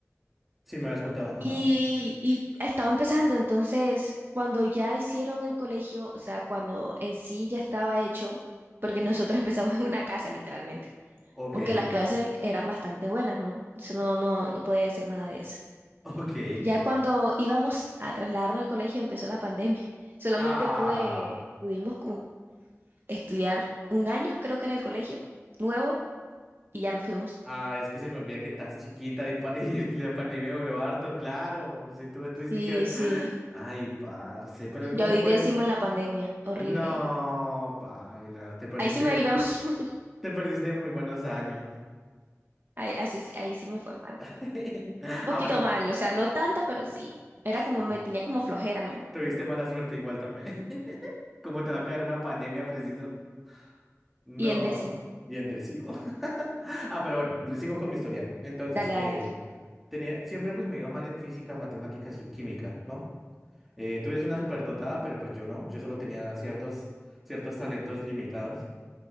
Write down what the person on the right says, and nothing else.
Y, y estaba empezando, entonces, cuando ya hicieron el colegio, o sea, cuando en sí ya estaba hecho, porque nosotros <laughs> empezamos en una casa, literalmente.
Aunque
las clases eran bastante buenas, ¿no? Eso no, no, no podía decir nada de eso.
Ya cuando íbamos a trasladarnos al colegio empezó la pandemia. Solamente
pude, pudimos como estudiar un año, creo que en el colegio, nuevo, y ya nos fuimos.
Sí,
sí.
Yo di
décimo en la pandemia, horrible.
Ahí sí me iba mal. <laughs>
Ahí, así sí- ahí sí me fue mal.
Poquito
mal, o sea, no tanto, pero sí. Era
como, me tenía como flojera, ¿no?
Y en décimo.
Dale,
dale, dale.